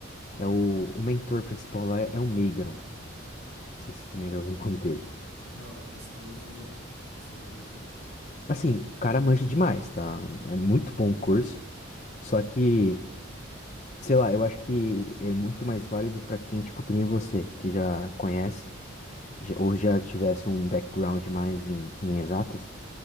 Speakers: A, on the left; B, on the right.
A: É o, o mentor principal lá é, é o Meigron. Não sei se você também já ouviu o nome dele.
B: Não, não, esse nome eu nunca ouvi, não. Esse nome eu
A: Assim, o cara manja demais, tá? É muito bom o
B: não...
A: curso.
B: Aham,
A: Só que, sei lá, eu acho que é muito mais válido pra quem, tipo, que nem você, que já conhece, já- ou já tivesse um background mais em, em exatas,